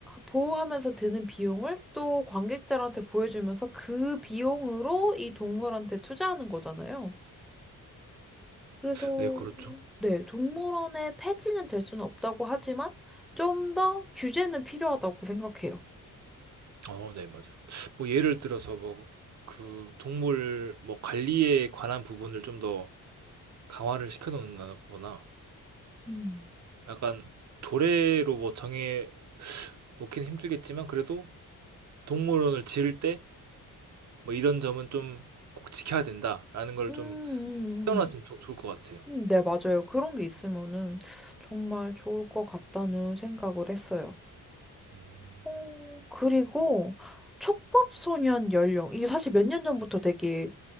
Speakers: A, in the centre; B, on the right.
A: 보호하면서 드는 비용을 또 관객들한테 보여주면서 그 비용으로 이 동물한테 투자하는 거잖아요. 그래서
B: 네, 그렇죠.
A: 네, 동물원의 폐지는 될 수는 없다고 하지만 좀 더 규제는 필요하다고 생각해요.
B: 어, 네, 맞아요. 뭐 예를 들어서 뭐 그 동물 뭐 관리에 관한 부분을 좀 더 강화를 시켜 놓는다거나
A: 음.
B: 약간 조례로 뭐 정해 놓기는 힘들겠지만 그래도 동물원을 지을 때 뭐 이런 점은 좀 꼭 지켜야 된다라는 걸
A: 음, 음,
B: 좀 음. 떼어놨으면
A: 음.
B: 좋- 좋을 것 같아요.
A: 음, 네, 맞아요. 그런 게 있으면은 정말 좋을 것 같다는 생각을 했어요.
B: 음.
A: 어, 그리고 촉법소년 연령. 이게 사실 몇 년 전부터 되게